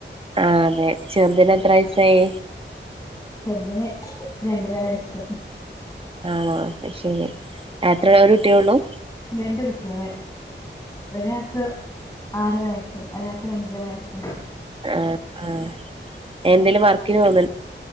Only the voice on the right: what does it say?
ആഹ് അതെ ചെറുതിന് എത്ര വയസായി?
ആണോ ശരി എത്ര ഒരു കുട്ടിയേ ഉള്ളൂ?
ആഹ് ആഹ് എന്തേലും വർക്കിന് പോന്നൊ